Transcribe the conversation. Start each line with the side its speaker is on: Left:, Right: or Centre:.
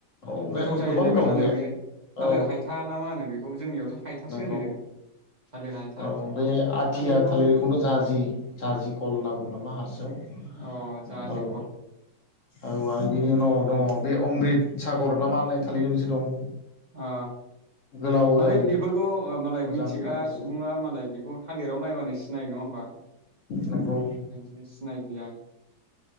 Left: औ बे
Right: गोथाव जायो
Left: गोबां
Right: बेबो
Left: दं
Right: जानो बे थालिर
Left: औ
Right: हायथा ना मा होनो बेखौ जोंनियावथ' थाइथासो
Left: नंगौ
Right: होनो जों थालिर हायथा
Left: औ बे आथिया
Right: माने बेखौ
Left: थालिरखौनो जाजि जाजि कल होनना बुङो नामा हारसायाव
Right: अ जाहाजिखर
Left: औ औ आरो बेनि उनाव दङ बे अमृत सागर नामा होननाय थालिर मोनसे दं
Right: अ
Left: गोलाव
Right: माने
Left: जायो
Right: बेफोरखौ मालाय
Left: मोजां
Right: मिथिग्रा
Left: जानो गोदै
Right: सुबुङा मालाय बेखौ थालिराव नायबानो सि सिनायो नङा होनबा
Left: नंगौ
Right: जोंसो सिनायदिया